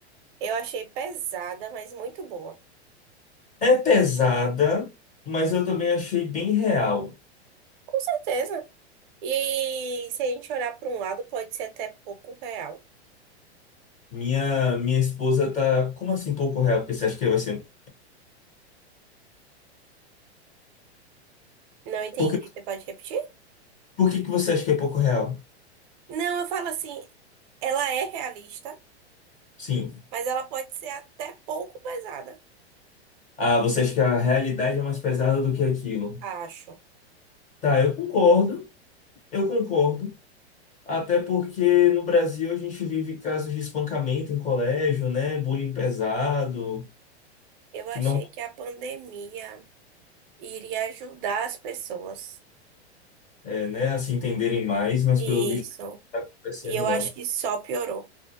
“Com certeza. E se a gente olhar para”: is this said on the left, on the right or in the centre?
Right